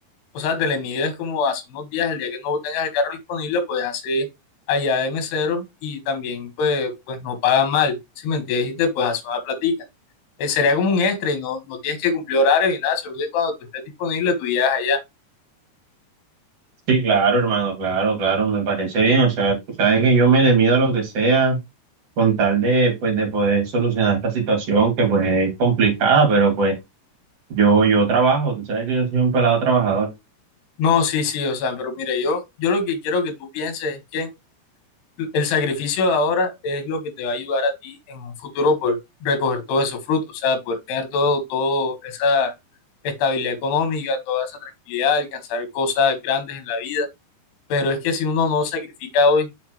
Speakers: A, on the left; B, on the right.
A: o sea, te le mides como hace unos días, el día que no tengas el carro disponible, puedes hacer allá de mesero y también pues, pues no pagan mal, si me entiendes, y te puedes hacer una platica. Eh, sería como un extra y no, no tienes que cumplir horario ni nada, solo que cuando tú estés disponible tú llegas allá.
B: Sí, claro, hermano, claro, claro, me parece bien. O sea, tú sabes que yo me le mido a lo que sea con tal de, pues, de poder solucionar esta situación que, pues, es complicada, pero, pues, yo, yo trabajo, tú sabes que yo soy un pelado trabajador.
A: No, sí, sí, o sea, pero mira, yo, yo lo que quiero que tú pienses es que el sacrificio de ahora es lo que te va a ayudar a ti en un futuro por recoger todos esos frutos, o sea, poder tener todo, todo esa estabilidad económica, toda esa tranquilidad, alcanzar cosas grandes en la vida. Pero es que si uno no sacrifica hoy,